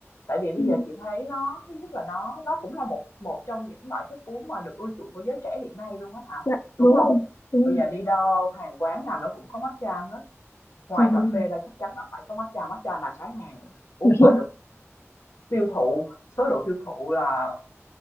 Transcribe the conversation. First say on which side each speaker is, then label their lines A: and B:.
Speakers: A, on the left; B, on the left.
A: Tại vì bây
B: ừ.
A: giờ chị thấy nó thứ nhất là nó nó cũng là một một trong những loại thức uống mà được ưa chuộng của giới trẻ hiện nay luôn á Thảo,
B: dạ,
A: đúng
B: đúng
A: không
B: rồi đúng rồi
A: Bây giờ đi đâu hàng quán nào nó cũng có matcha hết, ngoài
B: trời
A: cà phê ra chắc chắn là phải có matcha, matcha là cái hàng uống
B: đúng rồi,
A: mà được tiêu thụ, số lượng tiêu thụ là